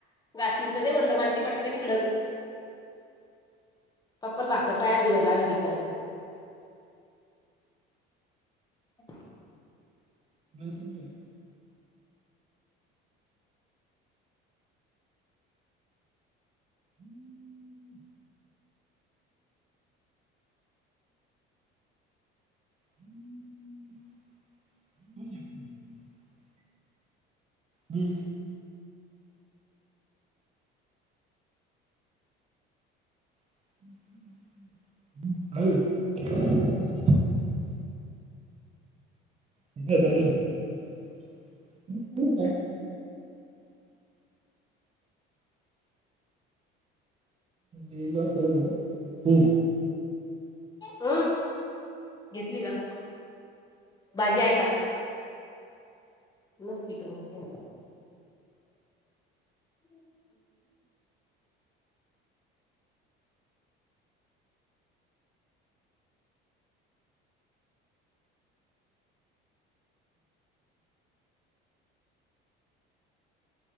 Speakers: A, on the left (about 20°); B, on the right (about 30°).
A: घासणीचं दे म्हणलं मला ती पटकन इकड. पप्पल बाकड पाया अर्दी बर लाग तिक काय तो -- <inaudible>
B: <unintelligible> हम्म. हम्म. <unintelligible> हम्म. ह <unintelligible> <unintelligible> चालु <unintelligible> काय? हल वा हम्
A: हं घेतली का बाजी आहे का नमस्तते कर ना ह